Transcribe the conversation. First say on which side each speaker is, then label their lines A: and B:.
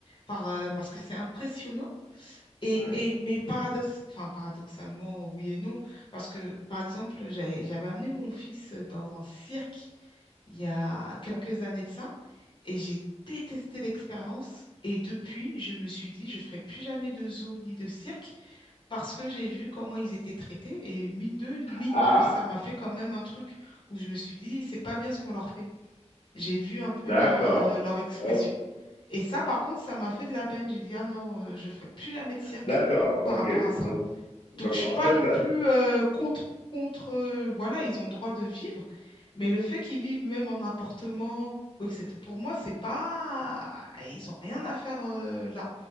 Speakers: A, on the left; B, on the left.
A: par, euh, parce que c'est impressionnant. Et,
B: Oui.
A: et, mais paradoxe, enfin, paradoxalement, oui et non, parce que, par exemple, j'avais, j'avais amené mon fils dans un cirque il y a quelques années de ça, et j'ai détesté l'expérience, et depuis, je me suis dit, je ferai plus jamais de zoo ni de cirque, parce que j'ai vu comment ils étaient traités, et mine de, mine
B: Ah,
A: de, ça m'a fait quand même un truc où je me suis dit, c'est pas bien ce qu'on leur fait. J'ai vu un peu
B: d'accord.
A: leur, euh, leur expression,
B: Oh,
A: et ça, par contre, ça m'a fait de la peine. J'ai dit, ah non, euh, je ferai plus jamais de cirque
B: D'accord,
A: par
B: ok.
A: rapport à ça.
B: Donc, donc,
A: Donc, je suis
B: en
A: pas
B: fait,
A: non plus euh, contre, contre, euh, voilà, ils ont le droit de vivre, mais le fait qu'ils vivent même en appartement, ou etc., pour moi, c'est pas, ils ont rien à faire euh, là.